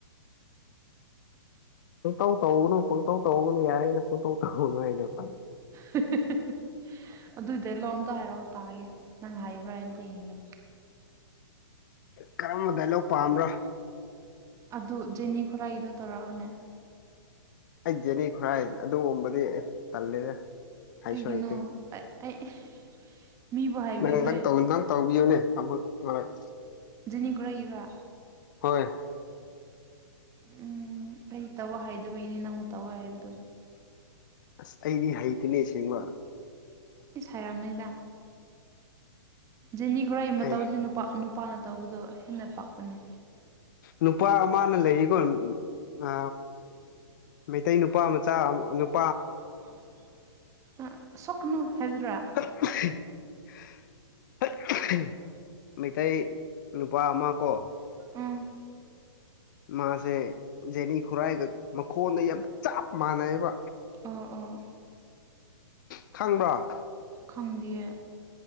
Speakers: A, on the left; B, on the right.
A: ꯄꯨꯡꯇꯧ ꯇꯧꯒꯅꯨ ꯄꯨꯡꯇꯧ ꯇꯧꯒꯅꯨ ꯌꯥꯏꯌꯦꯅ ꯄꯨꯡꯇꯧ ꯇꯧ <unintelligible>
B: <unintelligible> ꯑꯗꯨꯗꯩ ꯂꯣꯝꯗꯣ ꯍꯥꯏꯔꯛꯑꯣ ꯇꯥꯒꯦ ꯅꯪ ꯍꯥꯏꯕ꯭ꯔꯥ ꯑꯩ ꯑꯝꯇ ꯌꯦꯡꯒꯦ
A: ꯀꯔꯝꯕ ꯗꯥꯏꯂꯣꯛ ꯄꯥꯝꯕ꯭ꯔꯥ
B: ꯑꯗꯨ ꯖꯦꯅꯤ ꯈꯨꯔꯥꯏꯒꯤꯗꯣ ꯇꯧꯔꯛꯑꯣꯅꯦ
A: ꯑꯩ ꯖꯦꯅꯤ ꯈꯨꯔꯥꯏ ꯑꯗꯨꯒꯨꯝꯕꯗꯤ ꯇꯜꯂꯦꯗ ꯍꯩꯁꯨ
B: ꯀꯩꯒꯤꯅꯣ
A: ꯍꯩꯇꯦ
B: ꯑ ꯑꯩ ꯃꯤꯕꯨ ꯍꯥꯏꯕꯤꯔꯣꯏ
A: ꯅꯪ ꯅꯪ ꯇꯧ ꯅꯪ ꯇꯧꯕꯤꯌꯨꯅꯦ <unintelligible>
B: ꯖꯦꯅꯤ ꯈꯨꯔꯥꯏꯒꯤꯔꯣ
A: ꯍꯣꯏ
B: ꯎꯝ ꯑꯩ ꯇꯧꯋꯣ ꯍꯥꯏꯗꯕꯩꯅꯦ ꯅꯪꯕꯨ ꯇꯧꯋꯣ ꯍꯥꯏꯕꯗꯨ
A: ꯑꯁ ꯑꯩꯗꯤ ꯍꯩꯇꯦꯅꯦ ꯁꯦꯡꯕ
B: ꯢꯁ ꯍꯥꯢꯔꯝꯅꯤꯗ ꯖꯦꯅꯤ ꯈꯨꯔꯥꯢꯒꯤ ꯃꯇꯧꯗꯤ
A: ꯍꯩ
B: ꯅꯨꯄꯥ ꯅꯨ ꯄꯥꯅ ꯇꯧꯕꯗꯣ ꯍꯦꯟꯅ ꯄꯥꯛꯄꯅꯦ
A: ꯅꯨꯄꯥ ꯑꯃꯥꯅ ꯂꯩꯌꯦꯀꯣ ꯑ ꯃꯤꯇꯩ ꯅꯨꯄꯥ ꯃꯆꯥ ꯅꯨꯞ
B: <unintelligible> ꯑ ꯁꯣꯛꯀꯅꯨ ꯍꯥꯏꯕꯗꯨꯔꯥ
A: <unintelligible> ꯃꯩꯇꯩ ꯅꯨꯄꯥ ꯑꯃ ꯀꯣ
B: ꯎꯝ
A: ꯃꯥꯁꯦ ꯖꯦꯅꯤ ꯈꯨꯔꯥꯏꯒ ꯃꯈꯣꯟꯗ ꯌꯥꯝ ꯆꯞ ꯃꯥꯟꯅꯩꯌꯦꯕ
B: ꯑꯥ ꯑꯥ
A: ꯈꯪꯕ꯭ꯔꯥ
B: ꯈꯪꯗꯤꯌꯦ